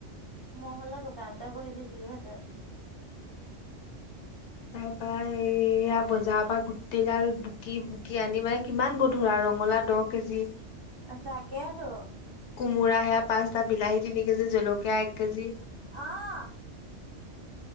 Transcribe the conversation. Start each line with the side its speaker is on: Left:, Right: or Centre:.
Right: মই হ'লে দোকানতে বহি থাকিলোহেঁতেন
Left: তাৰপৰা <unintelligible> এইয়া বজাৰৰ পৰা গুটি গাল বুকি বুকি আনি মানে কিমান গধুৰ আৰু ৰঙালাও দহ কেজি যি
Right: তাকেতো
Left: মুৰা সেয়া পাঁচটা, বিলাহী তিনি কেজি, জলকীয়া এক কেজি
Right: আহ